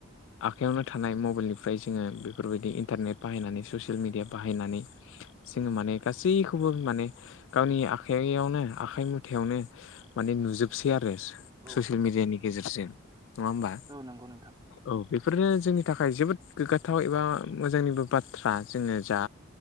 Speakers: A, on the left; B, on the right.
A: आखाइयावनो थानाय मबाइलनिफ्राय जोङो बेफोरबायदि इन्टारनेट बाहायनानै ससियेल मिडिया बाहायनानै जोङो माने गासैखौबो माने गावनि आखाइयावनो आखाइ मुथायावनो माने नुजोबसै आरो ससियेल
B: औ
A: मिडियानि गेजेरजों नङा होमबा?
B: औ नंगौ नोंथां
A: औ बेफोरनो जोंनि थाखाय जोबोद गोग्गाथाव एबा मोजांनिबो बाथ्रा जोङो जा